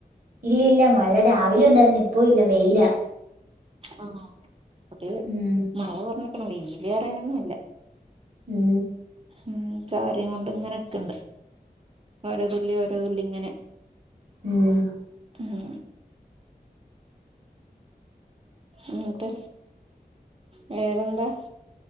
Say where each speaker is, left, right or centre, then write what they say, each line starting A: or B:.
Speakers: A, on the right (about 65°); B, on the right (about 35°).
A: ഇല്ലില്ലാ മഴ രാവിലെ ഉണ്ടായിരുന്നു ഇപ്പൊ ഇല്ല വെയിലാ.
B: ഉം അത്
A: ഉം
B: മഴ കൊറഞ്ക്ക്‌ണ് വെല്റേനൊന്നു
A: ഉം.
B: ഉം ചാറിം കൊണ്ട് ഇങ്ങനക്ക്‌ണ്ട് ഓരോ തുള്ളി ഓരോ തുള്ളി ഇങ്ങനെ.
A: ഉം
B: ഉം ഉം ട്ട് വേറെന്താ?